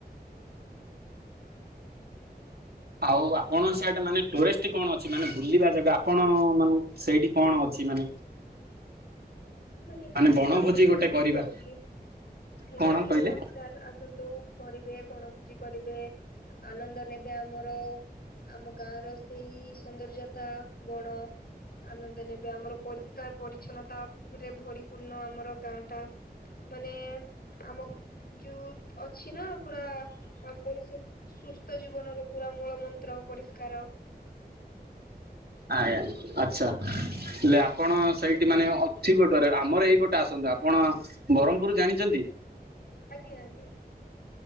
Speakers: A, on the left; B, on the right.
A: ଆଜ୍ଞା।
B: ଆଉ ଆପଣ ସେଟା ମାନେ ଟୁରିଷ୍ଟ୍ କଣ ଅଛି, ମାନେ ବୁଲିବା ଜାଗା, ଆପଣ ମାନେ ସେଇଠି କଣ ଅଛି? ମାନେ
A: <unintelligible> ଦେଖିବା ଜାଗା
B: ମାନେ
A: ତ
B: ବଣଭୋଜି
A: ଆମର ବହୁତ୍
B: ଗୋଟେ
A: କିଛି
B: କରିବା
A: ଅଛି, ନିହାତି
B: କଣ କହିଲେ
A: ନିହାତି ସାର୍ ଆସନ୍ତୁ। କରିବେ, ବଣଭୋଜି କରିବେ, ଆନନ୍ଦ ନେବେ ଆମର, ଆମ ଗାଁ ର ସେଇ ସୌନ୍ଦର୍ଯ୍ୟତା, ବଣ ଆନନ୍ଦ ନେବେ, ଆମର ପରିଷ୍କାର ପରିଚ୍ଛନ୍ନତା ରେ ଭରିପୂର୍ଣ୍ଣ ଆମର ଗାଁ ଟା, ମାନେ ଆମ ଯଉ ଅଛି ନା ପୁରା ଅ- ପରିଷ- ସୁସ୍ଥ ଜୀବନର ପୁରା ମୂଳ ମନ୍ତ୍ର ପରିଷ୍କାର।
B: ଆଜ୍ଞା, ଆଛା। ହେଲେ ଆପଣ ସେଇଠି ମାନେ ଅଛି ପଟରେ, ଆମର ଏଇପଟେ ଆସନ୍ତୁ, ଆପଣ ବରହ୍ମପୁର୍ ଜାଣିଚନ୍ତି?
A: ଆଜ୍ଞା ଆଜ୍ଞା।